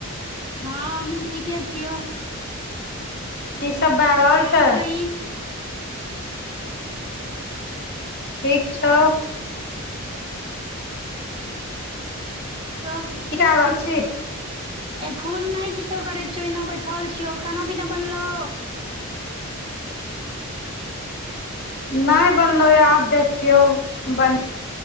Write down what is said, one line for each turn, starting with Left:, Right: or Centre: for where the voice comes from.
Right: ह हमहुँ ठीके छियौ,
Left: की सब भए रहल
Right: आरो
Left: छै
Right: कही
Left: ठीक छौ।
Right: तो
Left: की <unintelligible> रहल छी?
Right: एखोन नै किछो करै छियौ, ओहिना बैठल छियौ, खाना पीना बनलो।
Left: नाय बनलौ यऽ आब जाइ छियौ बन